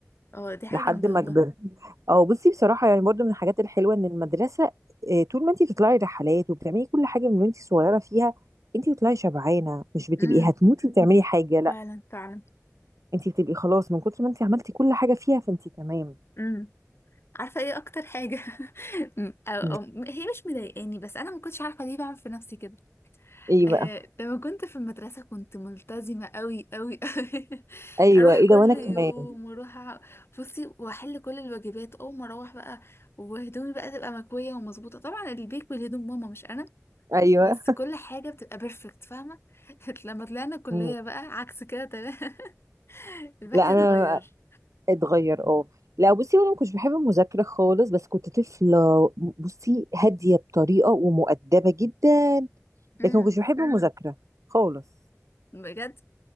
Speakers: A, on the left; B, on the right.
A: اه دي حاجة
B: لحد
A: جامدة
B: ما كبرت اه بصي بصراحة يعني برضو من الحاجات الحلوة ان المدرسة آه، طول ما انتي بتطلعي رحلات وبتعملي كل حاجة من وانتي صغيرة فيها انتي بتطلعي شبعانة مش بتبقي
A: والله
B: هتموتي وتعملي حاجة لا
A: فعلا فعلا
B: انتي بتبقي خلاص من كتر ما انتي عملتي كل حاجة فيها فانتي تمام
A: امم عارفه ايه اكتر حاجه <laughs> أم- أو أو
B: مم.
A: هي مش مضايقاني بس انا ما كنتش عارفه ليه بعمل في نفسي كده
B: ايه
A: آه
B: بقى
A: لما كنت في المدرسه كنت ملتزمه قوي قوي قوي <laughs>
B: ايوه
A: اروح
B: ايه
A: كل
B: ده وانا كمان
A: يوم واروح أع- بصي واحل كل الواجبات اول ما اروح بقى وهدومي بقى تبقى مكويه ومظبوطه طبعا البيك بالهدوم ماما مش انا
B: ايوه
A: بس كل حاجه بتبقى بيرفكت فاهمه <laughs> لما طلعنا كليه
B: مم.
A: بقى عكس كده تمام <laughs> الواحد
B: لا
A: اتغير
B: انا اتغير اه لا بصي انا ما كنتش بحب المذاكره خالص بس كنت طفله بصي هاديه بطريقه ومؤدبه جدا
A: امم
B: لكن ما كنتش بحب المذاكره خالص
A: بجد